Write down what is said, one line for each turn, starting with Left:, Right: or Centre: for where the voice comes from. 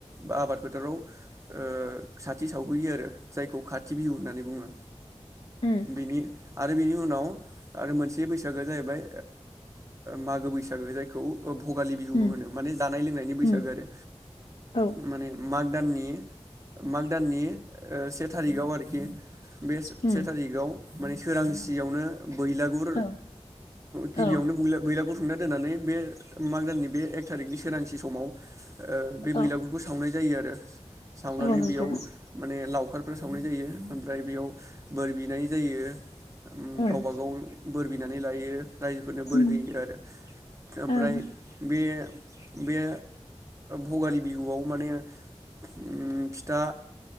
Right: बा आबाद फोथाराव ओ सा खाथि सावहैयो आरो जायखौ खाथि बिहु होननानै बुंङो।
Left: उम
Right: बेनिनो आरो बिनि उनाव आरो मोनसे बैसागोआ जाहैबाय मागो बैसागो जायखौ भगालि बिहुबो
Left: उम
Right: होनो माने जानाय लोंनायनि बैसागो
Left: उम
Right: आरो
Left: औ
Right: माने माग दाननि मा दाननि से थारिखाव आरोखि बे
Left: उम
Right: से थारिखाव माने सोरांसियावनो बैलागुर
Left: औ
Right: गिबियावनो
Left: औ
Right: बुं बैलागुर खुंना दोननानै बे माग दाननि बे एक थारिकनि सोरांसि समाव ओ बे
Left: औ
Right: बेलागुरखौ सावनाय जायो आरो सावनानै
Left: औ नंगौ
Right: बेयाव माने लावखारफोर साव नाय जायो ओमफ्राय बेयाव बोर बिनाय जायो। उम
Left: ओं
Right: गावबा गाव बोर बिनानै लायो। रायजोफोरनो बोर
Left: उम
Right: होयो आरो ओमफ्राय
Left: ओं
Right: बे बे भगालि बिहुआव माने उम फिथा